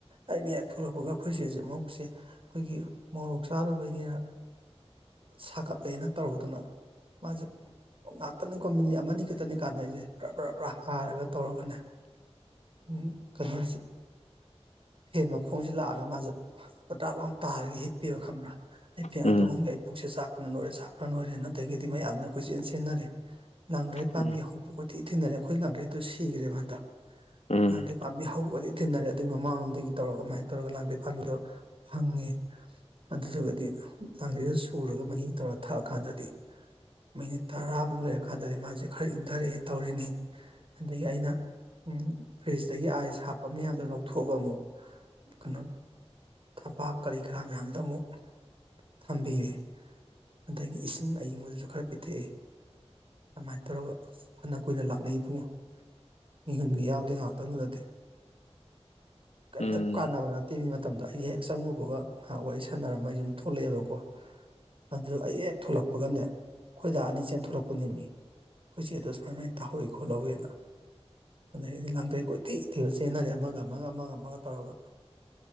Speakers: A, on the right; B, on the left.
A: ꯑꯩꯅ ꯍꯦꯛ ꯊꯣꯛꯂꯛꯄꯒ ꯑꯩꯈꯣꯏꯁꯦꯁꯦ ꯃꯕꯨꯁꯦ ꯑꯩꯈꯣꯏꯒꯤ ꯃꯣꯔꯣꯛ ꯆꯥꯔꯨꯕꯩꯅꯤꯅ ꯁꯥꯒꯠꯂꯦꯅ ꯇꯧꯔꯨꯗꯅ ꯃꯥꯁꯦ ꯉꯥꯛꯇꯅꯤꯀꯣ ꯃꯤꯅꯤꯠ ꯑꯃꯅꯤꯅꯤ ꯈꯛꯇꯅꯤ ꯀꯥꯟꯗ ꯑꯩꯁꯦ ꯭ꯔꯥ ꯕ꯭ꯔꯥ ꯕ꯭ꯔꯥ ꯍꯥꯏꯔꯒ ꯇꯧꯔꯒꯅꯦ ꯎꯝ ꯀꯅ ꯍꯦꯟ ꯃꯈꯣꯡꯁꯤꯦ ꯂꯥꯛꯑꯒ ꯃꯥꯁꯦ ꯄꯇꯥꯛ ꯂꯥꯎ ꯇꯥꯔꯒ ꯍꯤꯞꯄꯤꯔ ꯈꯪꯕ꯭ꯔꯥ ꯑꯩ ꯐꯦꯡꯉ
B: ꯎꯝ
A: ꯇꯧꯒ ꯄꯨꯛꯁꯦ ꯆꯥꯛꯄꯅ ꯂꯣꯏꯔꯦ ꯆꯥꯛꯄꯅ ꯂꯣꯏꯔꯦ ꯑꯗꯒꯤꯗꯤ ꯃꯌꯥꯝꯅ ꯑꯩꯈꯣꯏ ꯆꯦꯟ ꯁꯦꯟꯅꯔꯦ ꯂꯥꯡꯗ꯭ꯔꯩ ꯄꯥꯝꯕꯤ
B: ꯎꯝ
A: ꯍꯧꯕꯠ ꯊꯤ ꯊꯤꯅꯔꯦ ꯑꯩꯈꯣꯏ ꯂꯥꯡꯊ꯭ꯔꯩꯗꯨꯣ ꯁꯤꯈ꯭ꯔꯦꯕ ꯍꯟꯗꯛ
B: ꯎꯝ
A: ꯂꯥꯡꯊꯩ ꯄꯥꯝꯕꯤ ꯍꯧꯒꯗꯤ ꯊꯤꯅꯔꯦ ꯑꯗꯨꯒꯤ ꯃꯃꯥꯡꯂꯣꯝꯗ ꯑꯗꯒꯤ ꯇꯧꯔꯒ ꯀꯃꯥꯏꯅ ꯇꯧꯔꯒ ꯂꯥꯟꯇꯩ ꯄꯥꯝꯕꯤꯗꯣ ꯐꯪꯉꯦ ꯑꯗꯨꯗꯨꯒꯗꯤ ꯂꯥꯡꯙꯩꯗ ꯁꯨꯔꯒ ꯃꯍꯤ ꯇꯧꯔ ꯊꯥꯛꯑꯀꯥꯟꯗꯗꯤ ꯃꯤꯅꯤꯠ ꯇꯔꯥꯃꯨꯛ ꯂꯩꯔꯀꯥꯟꯗꯗꯤ ꯃꯥꯁꯦ ꯈꯔ ꯏꯪꯊꯔꯛꯑꯦꯅ ꯇꯧꯔꯤꯅꯤ ꯑꯗꯒꯤ ꯑꯩꯅ ꯐ꯭ꯔꯤꯖꯇꯒꯤ ꯑꯥꯏꯁ ꯍꯥꯞꯄ ꯃꯌꯥꯝꯗꯣ ꯂꯧꯊꯣꯛꯑꯒ ꯑꯃꯨꯛ ꯀꯩꯅꯣ ꯊꯕꯥꯛ ꯀꯔꯤ ꯀꯔꯥ ꯃꯌꯥꯝꯗ ꯑꯃꯨꯛ ꯊꯝꯕꯤꯌꯦꯦ ꯑꯗꯒꯤ ꯏꯁꯤꯡ ꯑꯌꯤꯡꯕꯗꯨꯁꯨ ꯈꯔ ꯄꯤꯊꯛꯑꯦ ꯑꯗꯨꯃꯥꯏꯅ ꯇꯧꯔꯒ ꯐꯅ ꯀꯨꯏꯅ ꯂꯥꯛꯅꯩꯕꯨꯡꯉꯣ ꯃꯤꯍꯨꯟꯒ ꯌꯥꯎꯗ ꯉꯥꯏꯍꯥꯛꯇꯪ ꯅꯗꯦ ꯀꯩꯝꯇ
B: ꯎꯝ
A: ꯀꯥꯟꯅꯕꯅ ꯇꯤꯡꯉ ꯃꯇꯝꯗ ꯑꯩ ꯍꯦꯛ ꯆꯪꯉꯨꯕꯒ ꯉꯥꯏꯍꯥꯛ ꯋꯥꯔꯤ ꯁꯥꯟꯅꯔꯃ ꯑꯩꯁꯨꯝ ꯊꯣꯛꯂꯛꯑꯦꯕꯀꯣ ꯑꯗꯨꯗ ꯑꯌꯦꯛ ꯊꯣꯛꯂꯛꯄꯒꯅꯦ ꯈꯣꯏꯗꯥ ꯑꯅꯤ ꯆꯦꯟ ꯊꯣꯛꯂꯛꯄꯅꯤꯃꯤ ꯍꯧꯖꯤꯦ ꯑꯗꯨꯁꯃ ꯃ ꯇꯥꯍꯣꯏ ꯈꯣꯂ ꯍꯨꯦꯅ ꯑꯗꯩꯗꯤ ꯂꯥꯡꯊꯩ ꯀꯣꯏꯊꯩ ꯏꯊꯤꯔ ꯆꯦꯟꯅꯔꯦ ꯑꯃꯒ ꯑꯃꯒ ꯑꯃꯒ ꯑꯃꯒ ꯇꯧꯔꯒ